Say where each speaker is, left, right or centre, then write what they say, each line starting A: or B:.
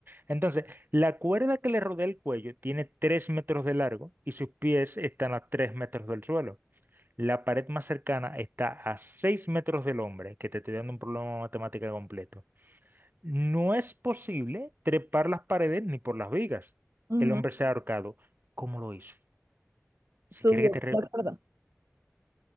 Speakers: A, on the right (about 45°); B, on the right (about 85°).
A: Entonces, la cuerda que le rodea el cuello tiene tres metros de largo y sus pies están a tres metros del suelo. La pared más cercana está a 6 metros del hombre, que te estoy dando un problema matemático completo. No es posible trepar las paredes ni por las vigas.
B: ujú.
A: El hombre se ha ahorcado. ¿Cómo lo hizo? Si
B: Subió
A: quiere que te... re-
B: con la cuerda.